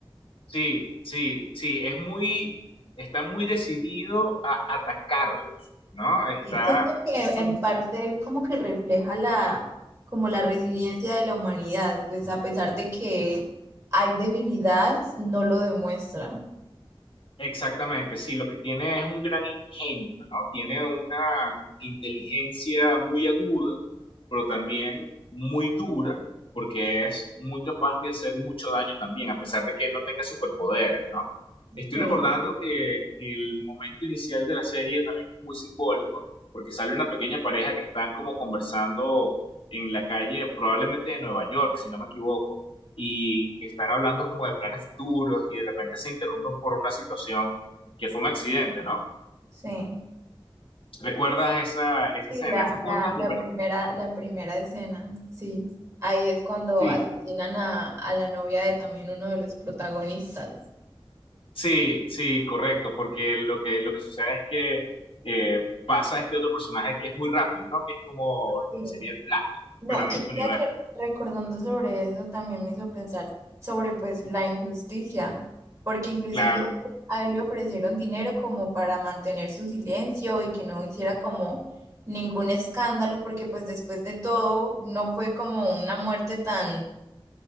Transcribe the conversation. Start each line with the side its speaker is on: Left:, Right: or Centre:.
Left: sí, sí, sí. Es muy, está muy decidido a atacarlos, ¿no? Está,
Right: Y siento que
Left: es como
Right: en parte él como que refleja la, como la resiliencia de la humanidad, pues a pesar de que hay debilidad, no lo demuestra.
Left: Exactamente, sí, lo que tiene es un gran ingenio, ¿no? Tiene una inteligencia muy aguda, pero también muy dura, porque es muy capaz de hacer mucho daño también, a pesar de que él no tenga superpoderes. ¿no? Estoy
Right: Sí,
Left: recordando que el momento inicial de la serie también es muy simbólico, porque sale una pequeña pareja que están como conversando en la calle, probablemente de Nueva York, si no me equivoco, y están hablando como de planes futuros y de repente se interrumpen por una situación que fue un accidente, ¿no?
Right: sí.
Left: ¿Recuerdas esa, esa
Right: Sí,
Left: escena?
Right: la,
Left: Esa fue
Right: la,
Left: una de las
Right: la
Left: primeras.
Right: primera, la primera escena, sí. Ahí es cuando
Left: Sí,
Right: asesinan a, a la novia de también uno de los protagonistas.
Left: sí, sí, correcto, porque lo que, lo que sucede es que eh, pasa este otro personaje que es muy rápido, ¿no? Que es como
Right: Sí.
Left: lo que sería el Flash,
Right: No,
Left: pero en
Right: y
Left: este universo.
Right: ya que recordando sobre eso también me hizo pensar sobre pues la injusticia, porque inclusive
Left: Claro,
Right: a él, a él le ofrecieron dinero como para mantener su silencio y que no hiciera como ningún escándalo, porque pues después de todo no fue como una muerte tan